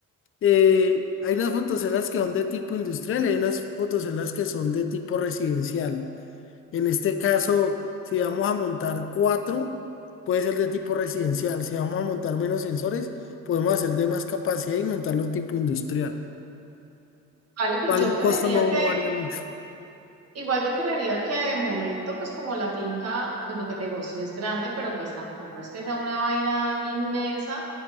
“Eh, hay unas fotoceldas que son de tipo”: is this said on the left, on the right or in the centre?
Left